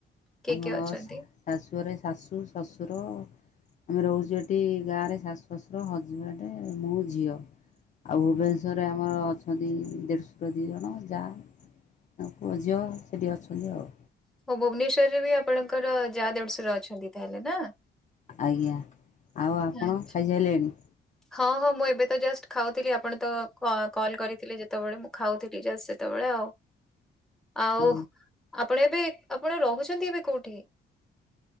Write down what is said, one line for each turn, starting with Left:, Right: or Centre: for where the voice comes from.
Centre: କିଏ
Left: ଆମର
Centre: କିଏ ଅଛନ୍ତି?
Left: ଶାଶୁଘରେ ଶାଶୁ ଶଶୁର ଆମେ ରହୁଛୁ ଏଠି ଗାଁରେ ଶାଶୁ ଶାଶୁର ହଜବେଣ୍ଡ ମୁଁ ଝିଅ। ଆଉ ଭୁବନେଶ୍ୱରରେ ଆମର ଅଛନ୍ତି ଦେଢ଼ଶୁର ଦି ଜଣ ଯା। ତାଙ୍କ ପୁଅ ଝିଅ ସେଠି ଅଛନ୍ତି ଆଉ।
Centre: ହଁ ଭୁବନେଶ୍ଵରରେ ବି ଆପଣଙ୍କର ଯା ଦେଢଶୁର ଅଛନ୍ତି ତାହେଲେ ନା?
Left: ଆଜ୍ଞା ଆଉ ଆପଣ
Centre: ଆଚ୍ଛା।
Left: ଖାଇସାରିଲେଣି?
Centre: ହଁ ହଁ ମୁଁ ଏବେ ତ ଜଷ୍ଟ ଖାଉଥିଲି ଆପଣ ତ ଆଁ କଲ କରିଥିଲେ ଯେତେବେଳେ ମୁଁ ଖାଉଥିଲି ସେତେବେଳେ ଆଉ। ଆଉ
Left: ହଁ
Centre: ଆପଣ ଏବେ ଆପଣ ରହୁଛନ୍ତି ଏବେ କୋଉଠି?